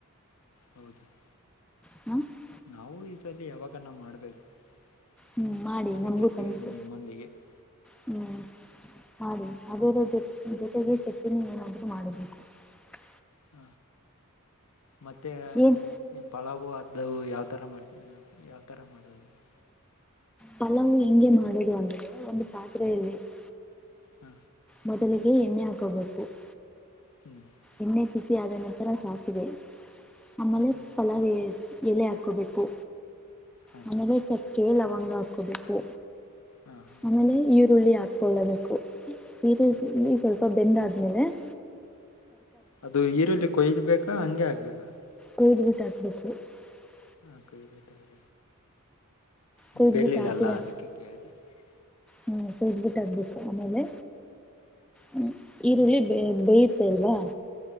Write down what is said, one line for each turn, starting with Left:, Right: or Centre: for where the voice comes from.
Left: ಹೌದು. <unintelligible>
Centre: ಹ್ಮ. <unintelligible>
Left: ನಾವು, ಈ ಸಲ ಯಾವಾಗನ್ನ ಮಾಡ್ಬೇಕು? <unintelligible>
Centre: ಹ್ಮ್ ಮಾಡಿ
Left: ಅದಕ್ಕೆ,
Centre: ನಮಗೂ
Left: ಕೇಳುದೇ,
Centre: ತಂದುಕ
Left: ನಿಮ್ಮೊಂದಿಗೆ? <unintelligible>
Centre: ಹ್ಮ್, ಮಾಡಿ ಅದರ ಜೊ ಜೊತೆಗೆ
Left: ಹ
Centre: ಚಟ್ನಿ ಎನ್ನುವಾದರೂ. <unintelligible> ಊಟ, ಮಾಡಬೇಕು. <unintelligible>
Left: ಹ, ಮತ್ತೆ,
Centre: ಏನ್
Left: ಏನು, ಪಳಾವು.. <unintelligible> ಅದವು, ಯಾವತರ, ಮಾಡ್ತೀವಿ! ಯಾವ್ತರ ಮಾಡೋದು. <unintelligible>
Centre: ಫಲವು, ಹೆಂಗೆಮಾಡಿಧಿವಿ, ಅಂದ್ರೆ ಒಂದು ಪಾತ್ರೆಯಲ್ಲಿ. <unintelligible>
Left: ಹ
Centre: ಮೊದಲಿಗೆ, ಎಣ್ಣೆ ಹಾಕಬೇಕು.? <unintelligible>
Left: ಹ್ಮ್
Centre: ಎಣ್ಣೆ ಕುಸಿ ಅದ ನಂತರ ಸಾಸಿದೆ ಆಮೇಲೆ
Left: ಹ
Centre: ಫಲಾವ. <unintelligible> ಎಲೆ ಹಾಕೋಬೇಕು
Left: ಹ
Centre: ಆಮೇಲೆ ಚಕ್ಕೆ ಲವಂಗ ಹಾಕೋಬೇಕು.
Left: ಹ ಹ
Centre: ಆಮೇಲೆ ಈರುಳ್ಳಿ ಹಾಕೊಳ್ಳಬೇಕು ಈರುಳ್ಳಳ್ಳಿ
Left: ಹ್ಮ್
Centre: ಸ್ವಲ್ಪ. <unintelligible> ಸ್ ಬೆಂದ ಆದ್ಮೇಲೆ. <unintelligible>
Left: ಅದು ಈರುಳ್ಳಿ ಕೊಯ್ದ್ಬೇಕಾ ಹಂಗೆ ಆಗ್ಬೇಕಾ. <unintelligible>
Centre: ಗಯಡ್ ಗಿಟ್ಟ ಹಾಕ್ಬೇಕು. <unintelligible>
Left: ಹಾ ಕಟಾಗ ನೀ
Centre: ಕೊಯ್ದ್
Left: ಬೆಳಲ್ಲಲ್ಲಾ
Centre: ಬಿಟ್ಟು ಹಾಕಿದ
Left: ಅದಕ್ಕೆ ಕೇಳ್ದೆ. <unintelligible>
Centre: ಹ್ಮ್ ಕುದಬಿಟ್ಟಗ್ಬಿಟ್ಟು ಆಮೇಲೆ ಹ್ಮ ಈರುಳ್ಳಿ ಬೇ. <unintelligible> ಅಲ್ವಾ